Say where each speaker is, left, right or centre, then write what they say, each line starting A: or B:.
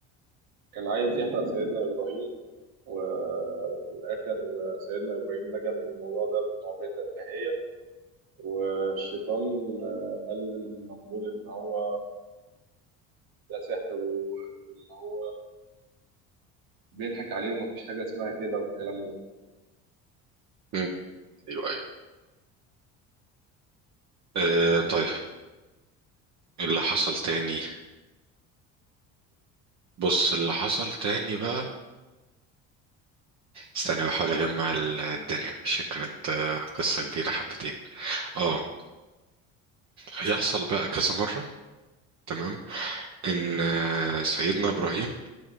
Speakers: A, on the right; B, on the right.
A: كان عايز يحرق سيدنا ابراهيم وفي الاخر سيدنا ابراهيم نجا من الموضوع ده بمعجزه الهيه والشيطان آه، قال للنمرود ان هو ده سحر وان هو بيضحك عليه ومفيش حاجه اسمها كده والكلام ده
B: مم. ايوه ايوه آه طيب إيه اللي حصل تاني بص اللي حصل تاني بقى استنى بحاول اجمع ال- الدنيا عشان كانت آه، قصة كبيرة حبتين اه هيحصل بقى كذا مرة تمام ان آه، سيدنا ابراهيم